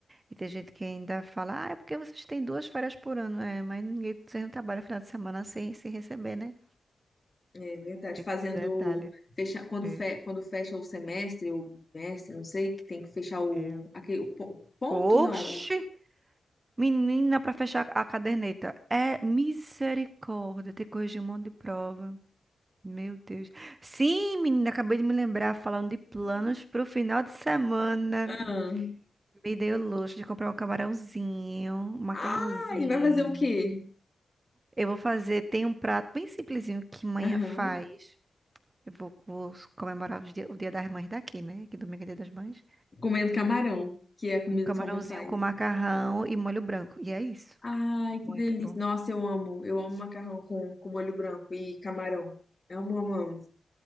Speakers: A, on the right; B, on the left.
A: E tem gente que ainda fala, ah, é porque vocês têm duas férias por ano. É, mas ninguém, vocês não trabalham final de semana sem, sem receber, né?
B: é verdade,
A: Tem
B: fazendo
A: esse detalhe.
B: fecha, quando,
A: É,
B: fe, quando fecha o semestre, o bimestre, não sei, que tem que fechar o,
A: é.
B: aquele, o po- ponto,
A: Oxi!
B: não.
A: Menina, pra fechar a caderneta. É misericórdia, ter que corrigir um monte de prova. Meu Deus. Sim, menina, acabei de me lembrar, falando de planos pro final de semana.
B: Ah,
A: Me dei o luxo de comprar um camarãozinho, um macarrãozinho.
B: Ah, e vai fazer o quê?
A: Eu vou fazer, tem um prato bem simplesinho que manhã
B: Aham.
A: faz. Eu vou, vou comemorar os dia- o Dia das Mães daqui, né? Que domingo é Dia das Mães.
B: Comendo camarão, que é a comida
A: Um camarãozinho
B: que sua mãe faz.
A: com macarrão e molho branco. E é isso.
B: Ai, que
A: Muito
B: delícia.
A: bom.
B: Nossa, eu amo. Eu amo macarrão com, com molho branco e camarão. Amo, amo, amo.